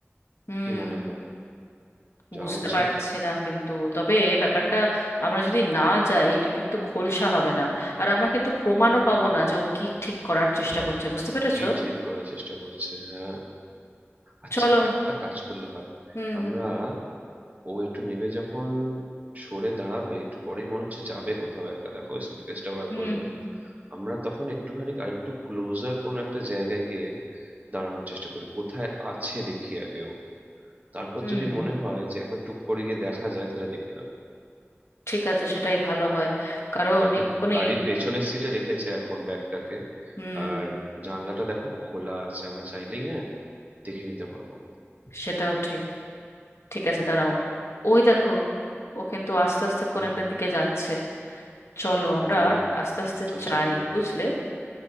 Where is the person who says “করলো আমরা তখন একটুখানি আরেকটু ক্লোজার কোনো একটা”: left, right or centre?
Right